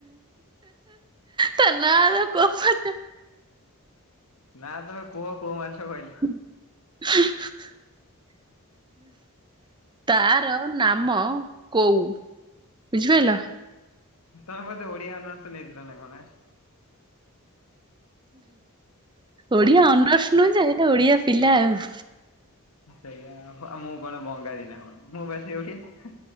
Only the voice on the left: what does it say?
ନା ତମେ କୁହ କୋଉ ମାଛ କହିଲ।
ତମେ ବୋଧେ ଓଡିଆ ଅନର୍ସ ନେଇଥିଲା ନା କଣ?
ସେୟା ଆଉ ମୁଁ କଣ ବଙ୍ଗାଳି ନା କଣ ମୁଁ ପା ସେଇ ଓଡ଼ିଆ।